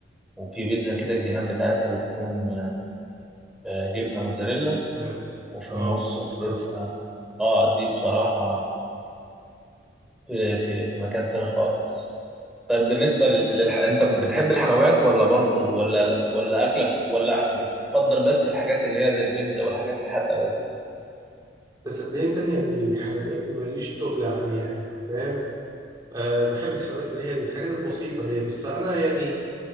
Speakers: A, in the centre; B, on the right (about 20°).
A: وفي بيتزا كده الجناب بتاعتها بتكون آه جبنه موتزاريلا
B: يعني
A: وفي
B: اه
A: النص
B: ستافت
A: بتبقى
B: كراست
A: اه دي بصراحه في في في مكان تاني خالص طيب بالنسبة للح... انت بتحب الحلويات ولا برضو ولا ولا اكلك ولا بتفضل بس الحاجات اللي هي زي البيتزا والحاجات الحادقة بس
B: بس صدقني تاني يعني حلويات ماليش تقل عليها يعني فاهم أه بحب الحلويات اللي هي الحاجات البسيطة دي بس أنا يعني